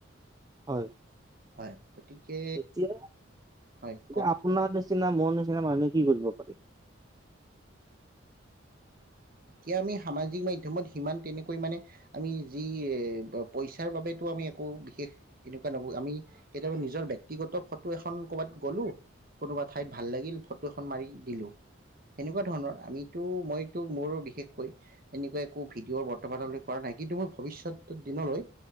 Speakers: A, on the right; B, on the right.
A: হয়
B: হয় গতিকে
A: এতিয়া
B: হয় কওক
A: আপোনাৰ নিচিনা মোৰ নিচিনা মানুহে কি কৰিব পাৰি
B: এতিয়া আমি সামাজিক মাধ্যমত সিমান তেনে পৰিমাণে আমি যি পইচাৰ বাবেতো আমি একো বিশেষ এনেকুৱা নব আমি কেতিয়াবা নিজৰ ব্ক্তিগত <unintelligible> এখন কৰ'ৰবাত গ'লো কোনোবা ঠাইত ভাল লাগিল ফটো এখন মাৰি দিলো। সেনেকুৱা ধৰণৰ আমি। সিটো মইতো মোৰো বিষ। বিশেষকৈ এনেকুৱা একো ভিডিঅ' বৰ্তমানলৈ কৰা নাই কিন্তু মই ভৱিষ্যত দিনলৈ